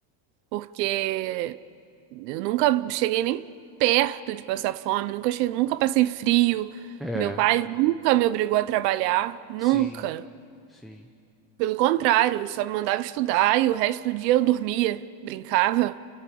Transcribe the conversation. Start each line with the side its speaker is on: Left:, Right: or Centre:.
Right: Porque Eu nunca cheguei nem perto de passar fome, nunca cheguei, nunca passei frio.
Centre: É,
Right: Meu pai nunca me obrigou a trabalhar, nunca.
Centre: sim, sim.
Right: Pelo contrário, só me mandava estudar e o resto do dia eu dormia, brincava.